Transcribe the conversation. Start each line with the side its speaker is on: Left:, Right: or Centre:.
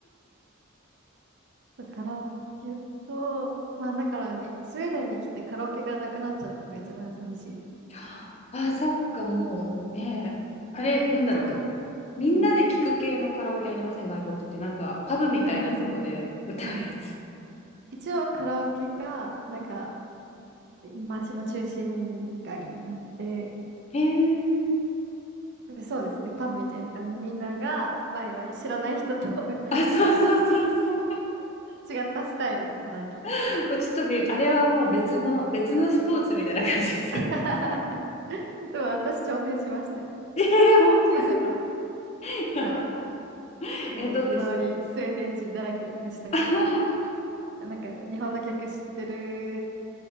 Right: カラオケと、まあだからにスウェーデンに来てカラオケがなくなっちゃったのが一番寂しいですね。
Left: <laughs> あー、そっか、もう、ねあれ、なんだろう。
Right: 一応カラ、
Left: みんなで聞く系のカラオケありません外国ってなんかパブみたいなとこで歌うやつ。
Right: うん。ありますあります。はい。一応カラオケが、なんか、街の中心街にあって、
Left: へえ。
Right: でそうですね、パブみたいな感じでみんながワイワイ知らない人と歌うっていう
Left: あ、そうそうそうそう。
Right: 違ったスタイルのカラオケです。
Left: <laughs> もうちょっとびあれはもう別の別のスポーツみたいな感じですよね。
Right: <laughs> でも私挑戦しましたよ。
Left: <laughs> えー、本当ですか。
Right: <laughs>
Left: やばい。
Right: はい。もう周りスウェーデン人だらけでしたけど、
Left: え、どうでした。<laughs>
Right: なんか日本の曲知ってる